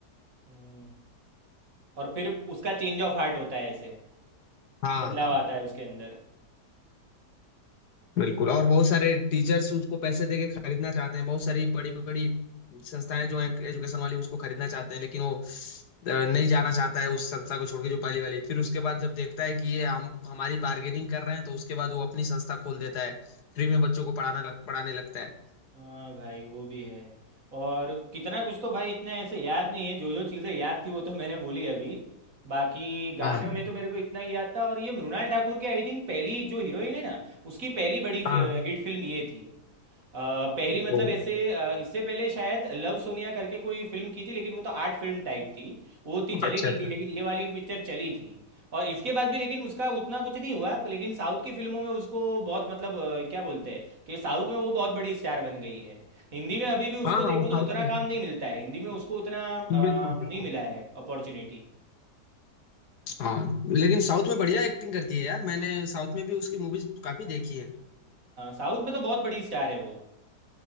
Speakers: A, on the right (about 50°); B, on the left (about 70°).
A: हम्म, और फिर उसका चेंज ऑफ हार्ट होता है ऐसे
B: हाँ
A: बदलाव
B: हाँ
A: आता है उसके अंदर
B: बिल्कुल और बहुत सारे टीचर्स उसको पैसे देके खरीदना चाहते हैं बहुत सारी बड़ी बड़ी संस्थाएं जो हैं एजुकेशन वाली उसको खरीदना चाहते हैं लेकिन वो अ, नहीं जाना चाहता है उस संस्था को छोड़ के जो पहली वाली फिर उसके बाद जब देखता है कि ये हम हमारी बार्गेनिंग कर रहे हैं तो उसके बाद वो अपनी संस्था खोल देता है फ्री में बच्चों को पढ़ाना लग, पढ़ाने लगता है
A: हाँ भाई वो भी है और कितना कुछ तो भाई इतना ऐसे याद नहीं है जो जो चीज़ें याद थी वो तो मैंने बोली अभी बाकी गाने
B: हाँ
A: में तो मेरे को इतना ही याद था और ये मृणाल ठाकुर की आई थिंक पहली जो हीरोइन है ना उसकी पहली बड़ी
B: हाँ
A: हिट फिल्म ये थी अ, पहली मतलब
B: ओ,
A: ऐसे अ, इससे पहले शायद लव सोनिया करके कोई फिल्म की थी लेकिन वो तो आर्ट फिल्म टाइप थी वो उतनी चली
B: अच्छा
A: नहीं
B: अच्छा
A: थी लेकिन ये वाली पिक्चर चली थी और इसके बाद भी लेकिन उसका उतना कुछ नहीं हुआ लेकिन साउथ की फिल्मों में उसको बहुत मतलब अ, क्या बोलते हैं कि साउथ में वो बहुत बड़ी स्टार बन गई है हिंदी में अभी भी उसको
B: हाँ हाँ
A: देखो
B: वो साउथ
A: तो उतना
B: की
A: काम नहीं मिलता है हिंदी में उसको उतना अ,
B: बिल्कुल बिल्कुल
A: नहीं मिला है अपॉर्चुनिटी
B: हाँ लेकिन साउथ में बढ़िया एक्टिंग करती है यार मैंने साउथ में भी उसकी मूवीज काफी देखी है
A: साउथ में तो बहुत बड़ी स्टार है वो